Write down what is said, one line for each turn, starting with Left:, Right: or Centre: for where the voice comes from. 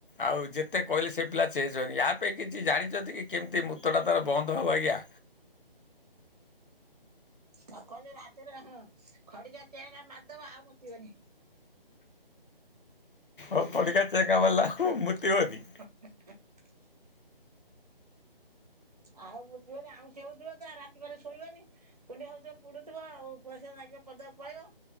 Left: ଆଉ ଯେତେ କହିଲେ ସେ ପିଲା ଚେଞ୍ଜ ହେଉନୀ। ୟା ପାଇଁ କିଛି ଜାଣିଛନ୍ତି କି କେମିତି ମୁୂତଟା ତାର ବନ୍ଦ ହେବ ଆଜ୍ଞା।
Right: ତା କହିଲେ ରାତିରେ ହଁ ଖଡିିକା ଚେଁ ମାରିଦବ। ଆଉ ମୁତୀବନି।
Left: ଓ ଖଡ଼ିକା ଚେଙ୍କା ମାରିଲେ ଆଉ ମୂତିବନି?
Right: <unintelligible> ଆଉ ମୂତିବନି ଆଉଁସି ହେଉଥିବ ତ ରାତିକରେ ଶୋଇବନି। କୁଣ୍ଡେଇ ହଉଥିବ ପୁଡୁଥିବ ଆଉ। ପରିସ୍ରା ନାଗିବ ପଦାକୁ ପଳେଇବ।